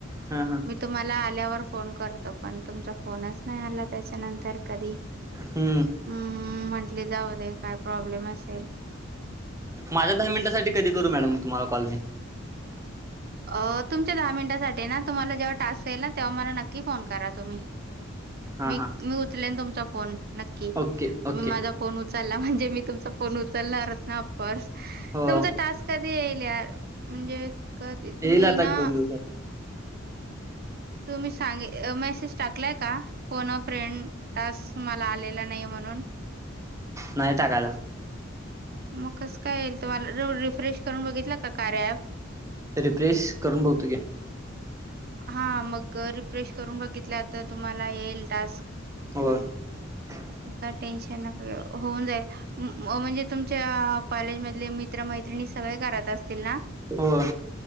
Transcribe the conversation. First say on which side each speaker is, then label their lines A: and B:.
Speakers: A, on the right; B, on the right.
A: हा हा
B: मी तुम्हाला आल्यावर फोन करतो पण तुमचा फोनच नाय आला त्याच्यानंतर कधी
A: हम्म
B: हम्म म्हंटले जाऊ दे काय प्रॉब्लेम अस
A: माझ्या दहा मिनिटासाठी कधी करू मॅडम तुम्हाला कॉल मी
B: अ तुमच्या दहा मिनिटासाठी ना तुम्हाला जेव्हा टास्क येईल ना तेव्हा मला नक्की फोन करा तुम्ही
A: हा
B: मी
A: हा
B: मी उचलेन तुमचा फोन नक्की
A: ओके
B: तुम्ही
A: ओके
B: माझा फोन उच चलला म्हणजे मी तुमचा फोन उचलणारच ना ऑफकोर्स
A: हो
B: तुमचा टास्क कधी येईल यार म्हणजे कधी तुम्ही
A: येईल आता एक
B: ना
A: दोन दिवसात
B: तुम्ही सांगे मेसेज टाकलाय का फोन अ फ्रेंड टास्क मला आले ला नाही म्हणून
A: नाही टाकायला.
B: मग कसं काय येईल तुम्हाला र रिफ्रेश करून बघितला का कार्या ॲप.
A: रिफ्रेशकरून बघतो की,
B: हा मग रिफ्रेश करून बघितले आता तुम्हाला येईल टास्क
A: <inaudible>
B: नका टेन्शन नका घेऊ होऊन जाईल म्हणजे तुमच्या कॉलेज मधले मित्र मैत्री णी सगळे करत असतील ना
A: हो